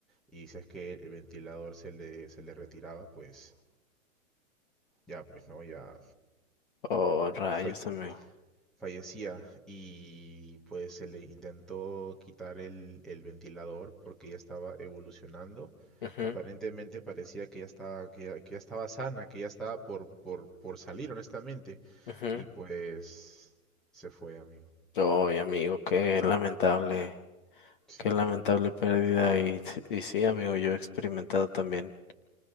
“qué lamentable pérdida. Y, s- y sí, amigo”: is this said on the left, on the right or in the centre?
Left